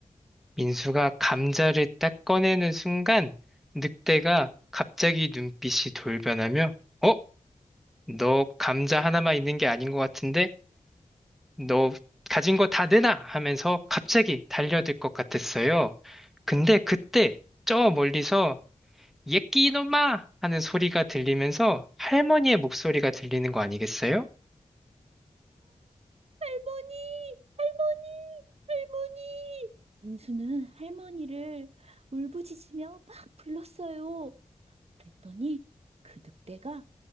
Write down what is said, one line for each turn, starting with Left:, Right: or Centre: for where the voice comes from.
Centre: 민수가 감자를 딱 꺼내는 순간 늑대가 갑자기 눈빛이 돌변하며 어? 너 감자 하나만 있는 게 아닌 것 같은데, 너 가진 거 다 내놔! 하면서 갑자기 달려들 것 같았어요. 근데 그때 저 멀리서 예끼 이놈아! 하는 소리가 들리면서 할머니의 목소리가 들리는 거 아니겠어요?
Right: 할머니, 할머니, 할머니. 민수는 할머니를 울부짖으며 막 불렀어요. 그랬더니 그 늑대가